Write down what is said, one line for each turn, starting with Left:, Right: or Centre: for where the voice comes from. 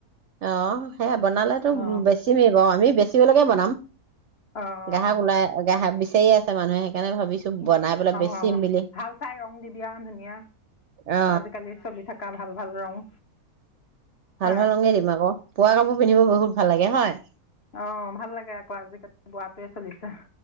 Right: অ সেয়া বনালেতো
Left: অঁ
Right: বেছিমেই বাৰু আমি বে। চিিবেলকে বনাম <inaudible>
Left: অঁ
Right: গ্ৰাহক ওলাই গ্ৰাহক স আছে মানুহে। সেইকাৰণে ভাবিছো
Left: অ
Right: বনাই পেলাই বেচিম বুলি
Left: ভাল চাই ৰং দিবিা ধুনীয়া
Right: অ
Left: আজিকালি চলি থকা ভাল ভাল ৰং।
Right: ভাল
Left: হয়
Right: ভাল ৰং দিম আকৌ বোৱা কাপোৰ পিন্ধিব বহুত। ভাল লাগে হয়।
Left: অ ভাল লাগে আকৌ আজিকালি বোৱাটোৱে চলিছে।